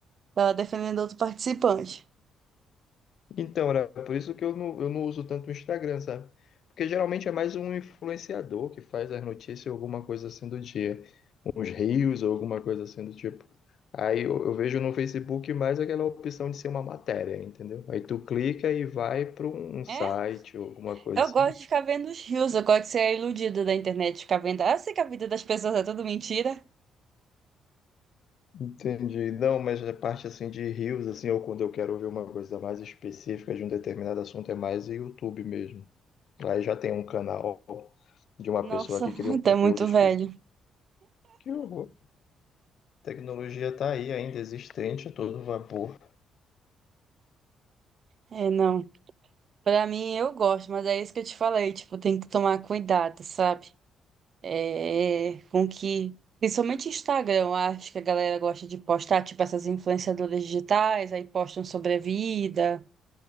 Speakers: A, on the right (about 55°); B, on the left (about 65°).
A: estava defendendo outro participante.
B: Então, era por isso que eu não, eu não uso tanto o Instagram, sabe? Porque geralmente é mais um influenciador que faz as notícias ou alguma coisa assim do dia. Uns reels ou alguma coisa assim do tipo. Aí eu, eu vejo no Facebook mais aquela opção de ser uma matéria, entendeu? Aí tu clica e vai para um um site
A: É?
B: ou alguma coisa
A: Eu
B: assim
A: gosto
B: do tipo.
A: de ficar vendo os rios. Eu gosto de ser a iludida da internet. Ficar vendo. Ah, eu sei que a vida das pessoas é tudo mentira.
B: Entendi. Não, mas a parte assim de reels, assim, ou quando eu quero ouvir uma coisa mais específica de um determinado assunto, é mais o YouTube mesmo. Aí já tem um canal de uma
A: Nossa,
B: pessoa que
A: <laughs>
B: cria um
A: tá
B: conteúdo
A: muito
B: específico.
A: velho.
B: Que horror. Tecnologia tá aí ainda existente, a todo vapor.
A: É, não. Pra mim, eu gosto, mas é isso que eu te falei, tipo, tem que tomar cuidado, sabe? É, com que, principalmente Instagram, eu acho que a galera gosta de postar, tipo, essas influenciadoras digitais, aí postam sobre a vida,